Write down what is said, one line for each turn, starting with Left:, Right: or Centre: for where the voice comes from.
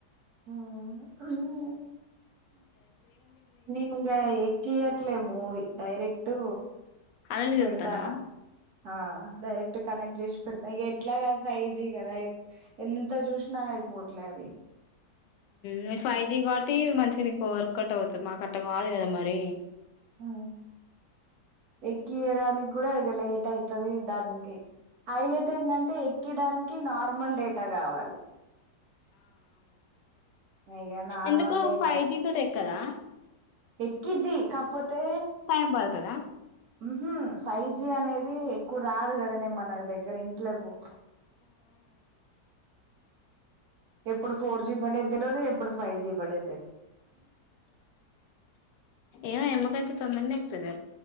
Right: ఆ నేనిగ ఎక్కియట్లే మూవి డైరెక్ట్
Left: అలానే
Right: పెడతానా
Left: చుత్తనవ
Right: ఆ డైరెక్ట్ కనెక్ట్ చేసి పెడత ఎట్ల కాదు ఫయిజీ గదైత్ ఎంత చూసినా అయిపోట్లే అది
Left: మీ ఫైవ్ జీ కాబట్టి మంచిగా నీకు వర్కట్ అవుతుంది మాకట్ట కాదు కదా మరి
Right: ఉ ఎక్కియడానికి కూడా ఈగ లేట్ అయితది దాన్కి హైలైట్ ఏందంటే ఎక్కిడానికి నార్మల్ డేటా కావాలి ఇక నార్మల్
Left: ఎందుకు
Right: డేటా
Left: ఫైవ్ జి తోటి ఎక్కద
Right: ఎక్కిద్ది కాకపోతే
Left: టైం పడుతదా
Right: ఉహు ఫైవ్ జి అనేది క్ రాదు కదనే మన దగ్గర ఇంట్లకు ఎప్పుడు ఫోర్ జి పడే ఇందులోది ఎప్పుడు ఫైవ్ జీ పడే
Left: ఏమో ఎమకైతే తొందరనే ఎకుతది